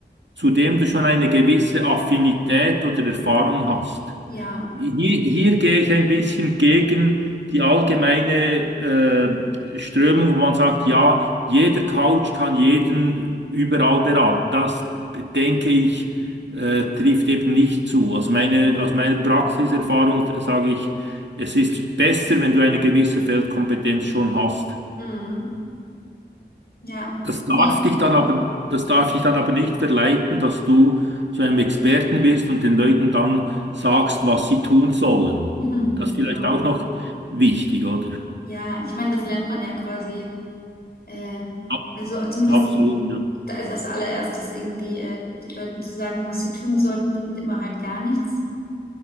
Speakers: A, on the right (about 75°); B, on the left (about 60°).
A: zu dem du schon eine gewisse Affinität oder Erfahrung hast.
B: ja.
A: Hier, hier gehe ich ein bisschen gegen die allgemeine äh, Strömung, wo man sagt, ja, jeder Coach kann jeden überall beraten. Das denke ich, äh, trifft eben nicht zu. Aus meine, aus meiner Praxiserfahrung sage ich, es ist besser, wenn du eine gewisse Feldkompetenz schon hast.
B: mm. Ja,
A: Das darf
B: nee,
A: dich dann aber, das darf dich dann aber nicht verleiten, dass du zu einem Experten wirst und den Leuten dann sagst, was sie tun sollen.
B: mhm,
A: Das ist
B: genau.
A: vielleicht auch noch wichtig, oder?
B: Ja, ich meine, das lernt man ja quasi, äh,
A: Ab-
B: also zumindest
A: Absolut, ja.
B: da ist als allererstes irgendwie äh, den Leuten zu sagen, was sie tun sollten, bringt immer halt gar nichts.